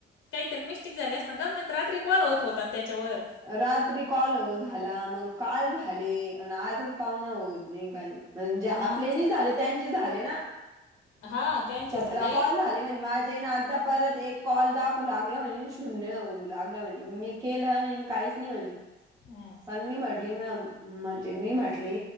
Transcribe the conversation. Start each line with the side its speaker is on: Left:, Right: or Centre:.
Left: काही तर मिस्टेक झाली असल ग, म्हण रात्री कल होत होत- तात त्यांच्यावर.
Right: रात्री कॉल हो झाला, मग काल झाले. आणि आजच काऊ न होत नाही का, म्हणजे आपले
Left: आजच
Right: नि झाले त्यांचे झाले ना.
Left: हा. त्यांचे
Right: सतरा
Left: झाले
Right: कॉल झाले म्हणजे, माझे ना आता- परत एक कॉल दाखवू लागला म्हणे, शून्य होऊ लागलं म्हणे, मी केलं नाही काहीच नाही म्हणे.
Left: ह <unintelligible>
Right: पण मी म्हटली ना, म म्हणजे मी म्हटली